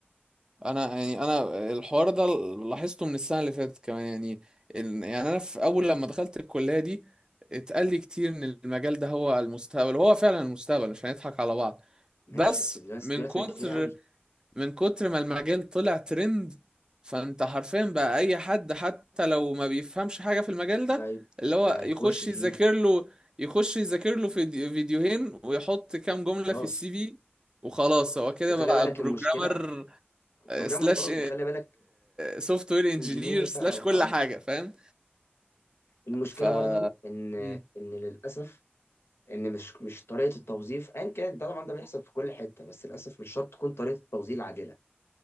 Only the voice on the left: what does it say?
ماشي
بس الناس
دلوقتي
بقت كتيره قوي
بقى
بقى
يخش فيه
خلاص
وخلي
بالك
المشكله بروجرامر
وخلاص وخلي بالك
انجينير
بقى اه
المشكله
برضو ان
ان للاسف ان مش مش طريقه التوظيف ان كانت ده طبعا ده بيحصل في كل حته بس للاسف مش شرط تكون طريقه التوظيف عادله